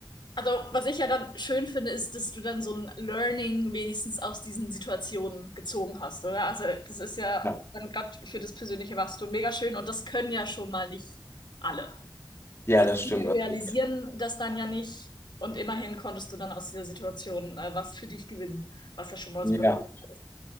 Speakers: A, on the left; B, on the left.
A: Also, was ich ja dann schön finde, ist, dass du dann so ein Learning wenigstens aus diesen Situationen gezogen hast, oder? Also, das ist ja
B: Ja,
A: dann gerade für das persönliche Wachstum mega schön und das können ja schon mal nicht alle.
B: ja,
A: Also,
B: das
A: viele
B: stimmt. Das
A: realisieren
B: stimmt.
A: das dann ja nicht und immerhin konntest du dann aus dieser Situation äh, was für dich gewinnen, was ja schon mal
B: Ja,
A: super hilfreich ist.